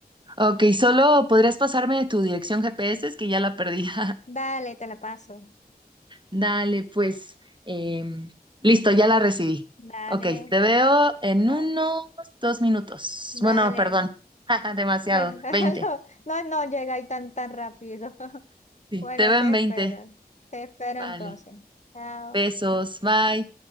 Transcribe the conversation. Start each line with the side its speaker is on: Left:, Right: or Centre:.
Right: Ok, solo podrías pasarme tu dirección GPS, es que ya la perdí. <laughs>
Left: Dale, te la paso.
Right: Dale, pues. em, listo, ya la recibí.
Left: Dale,
Right: Ok, te veo en
Left: no,
Right: unos dos minutos. Bueno,
Left: dale.
Right: perdón. <laughs> Demasiado.
Left: <laughs>
Right: Veinte.
Left: No, no, no llega ahí tan, tan rápido. <laughs>
Right: Sí,
Left: Bueno,
Right: te veo
Left: te
Right: en veinte.
Left: espero. Te espero
Right: Vale.
Left: entonces. Chao.
Right: Besos. Bye.